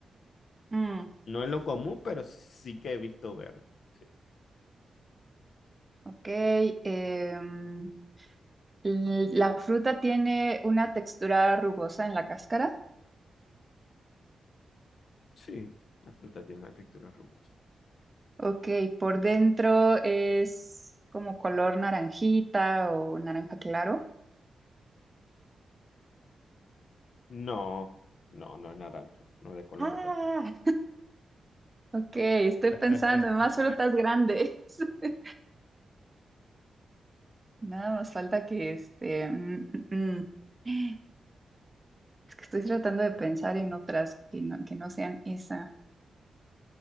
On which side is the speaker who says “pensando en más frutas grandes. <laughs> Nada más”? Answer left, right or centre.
Right